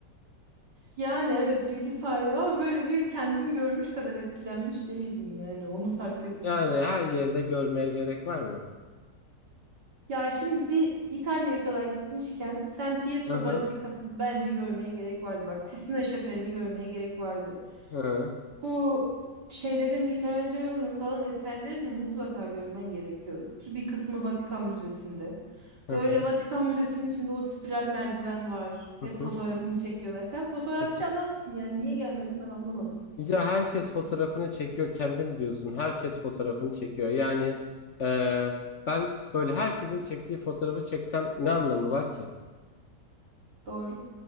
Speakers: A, on the right; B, on the left.
A: Yani evet bilgi sahibi ama böyle bir kendin görmüş kadar etkilenmiş değildin yani onu fark ettim.
B: Yani her yerde görmeye gerek var mı?
A: Ya şimdi bir İtalya'ya kadar gitmişken San Pietro
B: Hı hı.
A: Bazilikası'nı bence görmeye gerek vardı. Bak Sistina Şapeli'ni görmeye gerek vardı.
B: Hı hı.
A: Bu şeylerin Michelangelo'nun falan eserlerini mutlaka görmen gerekiyordu. Ki bir kısmı Vatikan Müzesi'nde.
B: Hı
A: Böyle
B: hı.
A: Vatikan Müzesi'nin içinde o spiral merdiven var.
B: Hı
A: Hep
B: hı.
A: fotoğrafını çekiyorlar. Sen fotoğrafçı
B: Hı hı.
A: adamsın yani niye gelmedin ben anlamadım.
B: Ya herkes fotoğrafını çekiyor kendin diyorsun. Herkes fotoğrafını çekiyor. Yani eee, ben böyle herkesin çektiği fotoğrafı çeksem ne anlamı var ki?
A: Doğru.